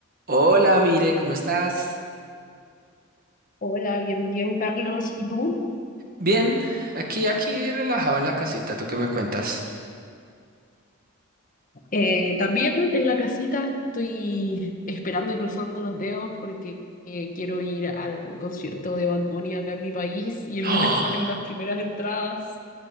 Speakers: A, on the right; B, on the left.
A: Hola, mire, ¿cómo estás?
B: Hola, bien, bien, Carlos. ¿Y tú?
A: Bien, aquí, aquí, relajado en la casita, ¿tú qué me cuentas?
B: Eh, también en la casita estoy esperando y cruzando los dedos porque eh, quiero ir al concierto de Bad Bunny acá en mi país y el
A: ¡Ah!
B: lunes salen las primeras entradas.